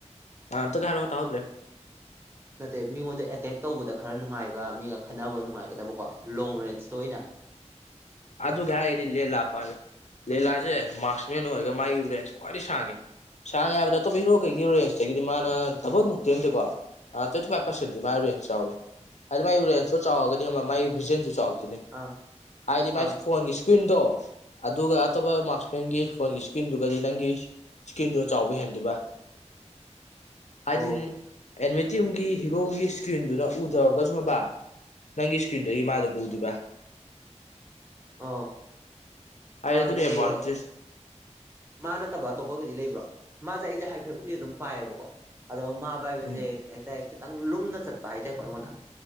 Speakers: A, on the left; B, on the right.
A: ꯑꯝꯇꯪꯒ ꯍꯥꯏꯔꯛꯑꯣ ꯇꯍꯧꯗ꯭ꯔꯦ
B: ꯅꯠꯇꯦ ꯃꯤꯉꯣꯟꯗ ꯑꯦꯇꯦꯛ ꯇꯧꯕꯗ ꯈꯔ ꯅꯨꯡꯉꯥꯏꯕ ꯃꯤꯒ ꯈꯟꯅꯕ ꯅꯨꯡꯉꯥꯏꯒꯗꯕꯀꯣ ꯂꯣꯡ ꯔꯦꯅ꯭ꯁꯇ ꯑꯣꯏꯅ <unintelligible>
A: ꯑꯗꯨꯒ ꯍꯥꯏꯕꯗꯤ ꯂꯦꯂꯥ ꯄꯥꯏꯌꯨ ꯂꯦꯂꯥꯁꯦ ꯃꯔꯁꯃꯦꯟ ꯑꯣꯏꯔꯒ ꯃꯥꯒꯤ ꯔꯦꯟꯁ ꯈ꯭ꯋꯥꯏꯗꯒꯤ ꯁꯥꯡꯉꯤ ꯁꯥꯡꯅ ꯍꯥꯏꯕꯗ ꯑꯇꯣꯞꯄ ꯍꯤꯔꯣ ꯀꯩꯒꯤꯣ ꯔꯦꯟꯖꯇꯒꯤꯗꯤ ꯃꯥꯅ ꯗꯕꯜ ꯃꯨꯛꯇꯤ ꯅꯠꯇꯦꯀꯣ ꯇ꯭ꯋꯦꯟꯇꯤ ꯐꯥꯏꯚ ꯄꯥꯔꯁꯦꯟꯗꯤ ꯃꯥꯥꯏ ꯔꯦꯅ꯭ꯁ ꯆꯥꯎꯋꯦ ꯍꯥꯏꯗꯤ ꯃꯒꯤ ꯔꯦꯅ꯭ꯁꯁꯨ ꯆꯥꯎꯔꯒꯅꯤ ꯑꯃ ꯃꯥꯒꯤ ꯚꯖꯟꯁꯨ ꯆꯥꯎꯋꯦ
B: ꯑꯥ
A: ꯍꯥꯏꯗꯤ ꯃꯥꯏ
B: ꯑꯥ
A: ꯐꯣꯟꯒꯤ ꯁꯀ꯭ꯔꯤꯟꯗꯣ ꯑꯗꯨꯒ ꯑꯇꯣꯞꯄ ꯃꯥꯔꯁꯃꯦꯟꯒꯤ ꯐꯣꯟꯒꯤ ꯁꯀ꯭ꯔꯤꯟꯗꯨꯒꯗꯤ ꯅꯪꯒꯤ ꯁꯀꯤꯟꯗꯨꯅ ꯆꯥꯎꯕ ꯍꯦꯟꯗꯣꯏꯕ
B: <unintelligible>
A: ꯍꯥꯏꯗꯤ
B: ꯑꯣ
A: ꯑꯦꯅꯤꯃꯤ ꯇꯤꯝꯒꯤ ꯍꯤꯔꯣꯒꯤ ꯁꯀ꯭ꯔꯤꯟꯗꯨꯅ ꯍꯨ ꯊꯔꯒꯁꯨ ꯍꯥꯏꯕ ꯅꯪꯒꯤ ꯁꯀ꯭ꯔꯤꯟꯗꯒꯤ ꯃꯥ ꯑꯗꯨꯝ ꯎꯗꯪꯜꯣꯏꯕ
B: ꯑꯣ
A: ꯑꯩ
B: ꯑꯗꯨꯗꯤ
A: ꯑꯗꯨꯅꯦ ꯑꯦꯠꯚꯥꯟꯇꯦ꯭ꯁ
B: ꯃꯥ ꯅꯠꯇꯕ ꯑꯇꯣꯞꯄꯒꯗꯤ ꯂꯩꯕ꯭ꯔꯣ ꯃꯥꯁꯦ ꯑꯩꯁꯦ ꯍꯥꯏꯐꯦꯠꯕꯨꯗꯤ ꯑꯗꯨꯝ ꯄꯥꯏꯌꯦꯕꯀꯣ ꯑꯗꯣ ꯃꯥꯕ ꯍꯥꯏꯕꯁꯦ
A: ꯎꯝ
B: ꯀꯩ ꯍꯥꯏꯇꯥꯔꯦ ꯈꯤꯇꯪ ꯂꯨꯝꯅ ꯆꯠꯄ ꯍꯥꯏꯇꯥꯔꯦꯀꯣ ꯑꯩꯉꯣꯟꯗ